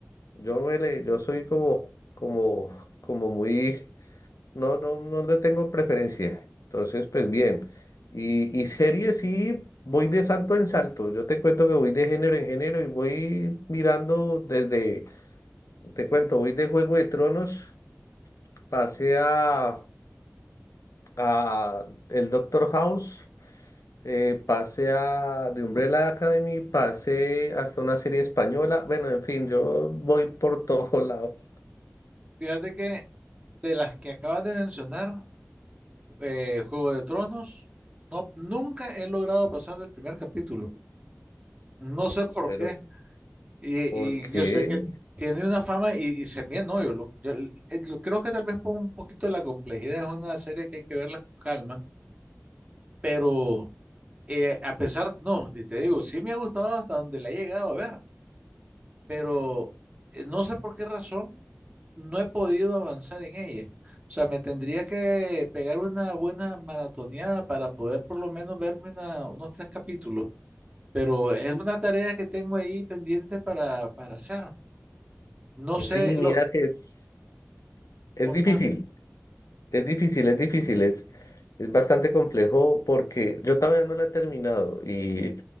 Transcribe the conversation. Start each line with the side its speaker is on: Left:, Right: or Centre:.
Left: yo me le, yo soy como, como, como muy, no, no, no le tengo preferencia, entonces pues bien, y, y series sí, voy de salto en salto, yo te cuento que voy de género en género y voy mirando desde, te cuento, voy de Juego de Tronos, pasé a... a el Doctor House, eh, pasé a de Umbrella Academy, pasé hasta una serie española. Bueno, en fin, yo voy por <laughs> todo lado.
Right: Fíjate que de las que acabas de mencionar, eh, Juego de Tronos. No, nunca he logrado pasar del primer capítulo. No sé por
Left: Pero
Right: qué. Y,
Left: ¿por qué?
Right: y yo sé que tiene una fama y, y se me no, yo, lo, yo eh, lo- creo que tal vez por un poquito de la complejidad es una serie que hay que verla con calma, pero eh, a pesar, no, y te digo, sí me ha gustado hasta donde la he llegado a ver, pero eh, no sé por qué razón no he podido avanzar en ella. O sea, me tendría que pegar una buena maratoneada para poder por lo menos verme una- unos tres capítulos. Pero es una tarea que tengo ahí pendiente para, para hacer. No sé,
Left: Sí,
Right: lo
Left: mira que es, es
Right: contame.
Left: difícil, es difícil, es difícil, es, es bastante complejo porque yo todavía no la he terminado. Y